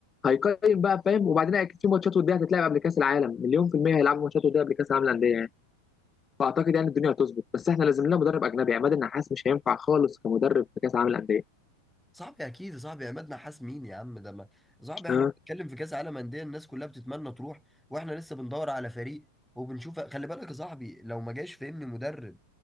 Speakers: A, on the left (about 20°); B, in the centre.
A: هيقيم بقى فاهم وبعدين اكيد في ماتشات وديه هتتلعب قبل كاس العالم مليون في الميه هيلعبوا ماتشات وديه قبل كاس العالم للانديه يعني فاعتقد يعني الدنيا هتظبط بس احنا لازم لنا مدرب اجنبي عماد النحاس مش هينفع خالص كمدرب في كاس العالم للانديه
B: صاحبي اكيد يا صاحبي عماد نحاس مين يا عم ده ما صاحبي احنا
A: ها
B: بنتكلم في كاس عالم انديه الناس كلها بتتمنى تروح واحنا لسه بندور على فريق وبنشوف خلي بالك يا صاحبي لو ما جاش فهمني مدرب